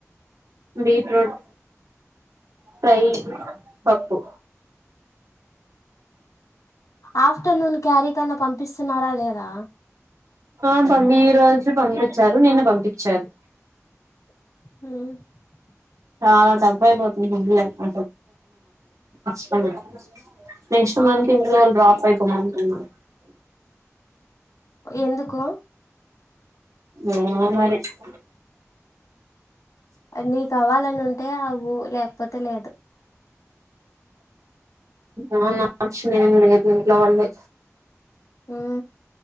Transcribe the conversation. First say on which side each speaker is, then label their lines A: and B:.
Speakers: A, on the right; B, on the left.
A: బీట్రూట్ ఫ్రై పప్పు
B: ఆఫ్టర్నూన్ క్యారీ కన్న పం ప్పిస్తున్నారా లేదా
A: ఆ పంపి ఈ రోజు పంపి చ్చారు నిన్న పంపిచ్చారు
B: మ్
A: చాలా డబ్బు అయిపోతుంది మందులకు అసలు <inaudible> నెక్స్ట్ మంత్ ఇంట్లో వాళ్లు డ్రాపై పో మంటున్నారు
B: ఎందుకు
A: ఏమో మరి ఆ
B: నీకు అవాలని ఉంటే అవ్ లేకపో తే లేదు
A: ఆ నా ఇష్టం ఏం లేదు ఇంట్లో వాళ్లే
B: ఆ